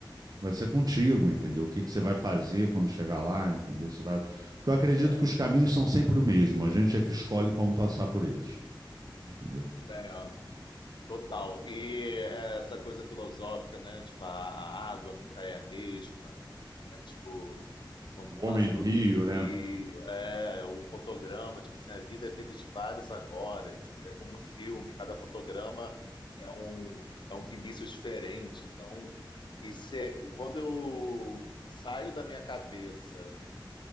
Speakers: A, on the right (about 50°); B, on the left (about 65°).
A: Vai ser contigo, entendeu? O que que você vai fazer quando chegar lá, entendeu? Você vai... Porque eu acredito
B: É.
A: que os caminhos são sempre o mesmo. A gente é que escolhe como passar por eles, entendeu?
B: É. Total. E é, essa coisa filosófica, né? Tipo, a, a água nunca é a mesma, né? Tipo, quando
A: O
B: passa
A: homem no
B: por
A: Rio,
B: um rio,
A: né?
B: é, o fotograma, tipo assim, a vida é feita de vários agoras, então é como um filme, cada fotograma é um, é um Vinícius diferente. Então, isso é- quando eu saio da minha cabeça